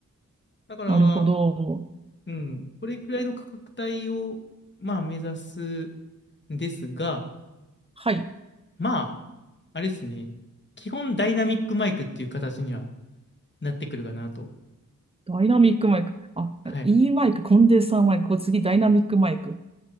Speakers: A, on the left; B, on the right.
A: だから、
B: なるほど。
A: うん、これぐらいの価格帯を、まあ目指すんですが、
B: はい。
A: まあ、あれですね。基本ダイナミックマイクっていう形にはなってくるかなと。
B: ダイナミックマイク。あ、
A: はい。
B: E マイク、コンデンサーマイク。これ次、ダイナミックマイク。